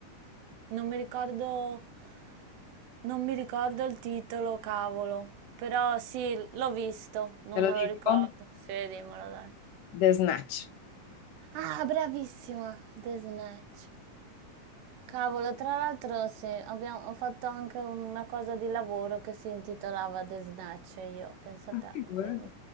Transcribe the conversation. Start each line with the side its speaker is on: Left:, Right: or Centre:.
Right: non mi ricordo, non mi ricordo il titolo, cavolo. Però sì, l'ho visto, non
Left: Te lo
Right: me
Left: dico?
Right: lo ricordo. Sì, dimmelo, dai.
Left: The Snatch.
Right: Ah, bravissima, The Snatch. Cavolo, tra l'altro sì, abbiamo- ho fatto anche una cosa di lavoro che si intitolava The Snatch, io, penso
Left: Ma
Right: a te,
Left: figurati.
Right: quindi